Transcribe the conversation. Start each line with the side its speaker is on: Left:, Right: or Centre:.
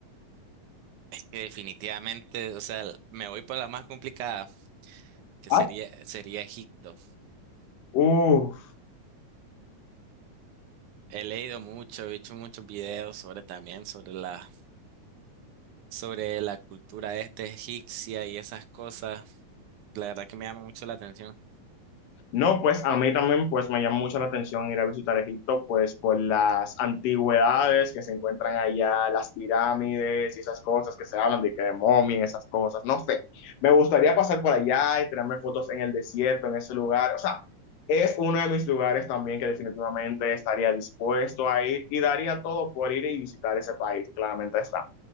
Right: que definitivamente, o sea, me voy por la más complicada, que
Left: Ay,
Right: sería, sería Egipto.
Left: Uh,
Right: He leído mucho, he hecho muchos videos sobre también, sobre la, sobre la cultura este egipcia y esas cosas. La verdad que me llama mucho la atención.
Left: No, pues a mí también pues me llama mucho la atención ir a visitar Egipto, pues por las antigüedades que se encuentran allá, las pirámides y esas cosas que se hablan de que de momia, esas cosas, no sé. Me gustaría pasar por allá y tirarme fotos en el desierto, en ese lugar. O sea, es uno de mis lugares también que definitivamente estaría dispuesto a ir y daría todo por ir y visitar ese país, claramente está.